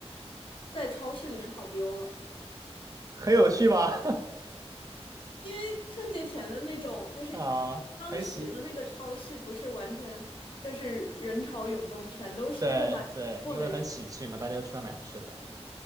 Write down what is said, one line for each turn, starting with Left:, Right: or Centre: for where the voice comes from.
Left: 在超市里面跑丢了，
Right: 很有趣吧？
Left: 因为春节前的那种就是
Right: <laughs> 啊，
Left: 当时的那个超市不是完全就是人潮涌动，
Right: 很喜，
Left: 全都是购买货的人。
Right: 对对，因为很喜庆嘛，大家都出来买吃的，